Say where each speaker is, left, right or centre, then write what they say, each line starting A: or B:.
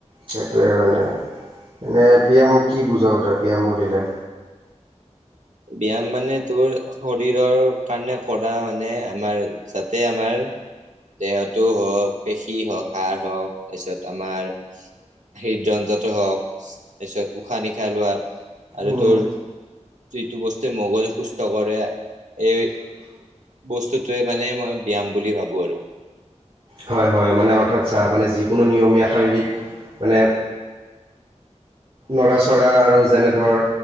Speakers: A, on the right (about 45°); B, on the right (about 75°).
A: সেইটোৱে মানে এনে ব্যায়াম কি বুজা তই ব্যায়াম বুলিলে।
B: ব্যায়াম মানে তোৰ শৰীৰৰ কাৰণে কৰা মানে আমাৰ যাতে আমাৰ। দেহতো হওক পেশী হওক সাৰ হওক তাৰপিছত আমাৰ। হৃট যজাত হওক। তাৰপিছত উশাহ নিশাহ লোৱাত আৰু
A: উম,
B: তোৰ যিটো বস্তু। মোগল সুস্থ কৰে এই বস্তুটোৱে মানে মই ব্যয়াম বুলি ভাবো আৰু
A: হয় হয় মানে অৰ্থাৎ চাহ মানে যিকোনো নিয়মীয়া শাৰীৰিক মানে নৰাচৰা আৰু যেনে ধৰ